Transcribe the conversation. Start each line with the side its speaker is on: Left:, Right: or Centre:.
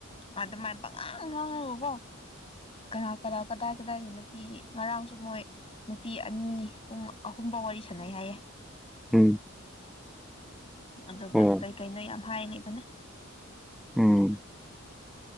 Left: ꯑꯗꯨꯃꯥꯏꯅ ꯄꯉꯥꯡ ꯉꯥꯡꯉꯒꯀꯣ ꯀꯅꯥ ꯀꯅꯥ ꯀꯗꯥꯏ ꯀꯗꯥꯏꯒꯤ ꯅꯨꯄꯤ ꯉꯔꯥꯡꯁꯨ ꯃꯣꯏ ꯅꯨꯄꯤ ꯑꯅꯤ ꯄꯨꯡ ꯑꯍꯨꯝꯕꯧ ꯋꯥꯔꯤ ꯁꯥꯟꯅꯩ ꯍꯥꯏꯌꯦ
Centre: ꯎꯝ
Left: ꯑꯗꯨꯒ
Centre: ꯑꯣ
Left: ꯀꯩ ꯀꯩꯅꯣ ꯌꯥꯝ ꯍꯥꯏ ꯂꯩꯕꯅꯦ
Centre: ꯎꯝ